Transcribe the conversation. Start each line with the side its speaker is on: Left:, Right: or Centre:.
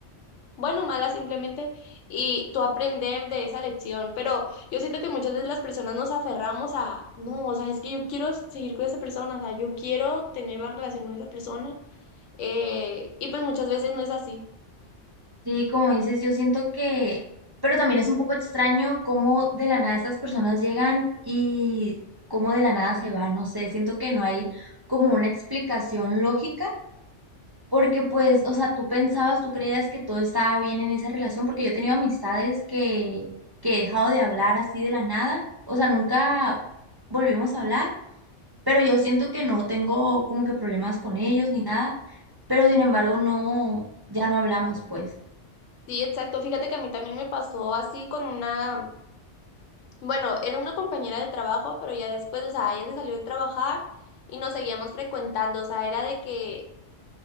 Left: bueno o mala simplemente, y tú aprender de esa lección. Pero yo siento que muchas veces las personas nos aferramos a, no, o sea, es que yo quiero seguir con esa persona, o sea, yo quiero tener la relación con esa persona. eh, y pues muchas veces no es así.
Right: Sí, como dices, yo siento que, pero también es un poco extraño cómo de la nada estas personas llegan y cómo de la nada se van, no sé, siento que no hay como una explicación lógica, porque pues, o sea, tú pensabas, tú creías que todo estaba bien en esa relación, porque yo he tenido amistades que, que he dejado de hablar así de la nada, o sea, nunca volvimos a hablar, pero yo siento que no tengo como que problemas con ellos ni nada, pero sin embargo no, ya no hablamos pues.
Left: Sí, exacto. Fíjate que a mí también me pasó así con una Bueno, era una compañera de trabajo, pero ya después, o sea, ella se salió de trabajar y nos seguíamos frecuentando, o sea, era de que